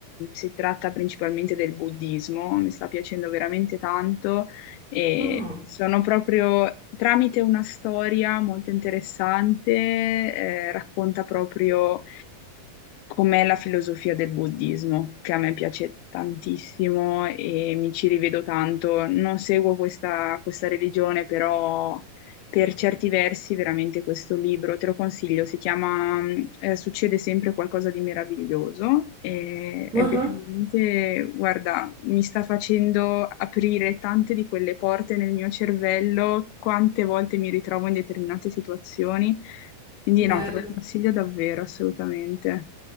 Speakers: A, on the left; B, on the right.
A: si tratta principalmente del buddismo, mi sta piacendo veramente tanto e
B: Ah,
A: sono proprio tramite una storia molto interessante, eh, racconta proprio com'è la filosofia del buddismo, che a me piace tantissimo e mi ci rivedo tanto. Non seguo questa, questa religione, però per certi versi veramente questo libro, te lo consiglio, si chiama mm, eh, Succede sempre qualcosa di meraviglioso e è
B: ah,
A: veramente, guarda, mi sta facendo aprire tante di quelle porte nel mio cervello, quante volte mi ritrovo in determinate situazioni, quindi
B: bello.
A: no, te lo consiglio davvero, assolutamente.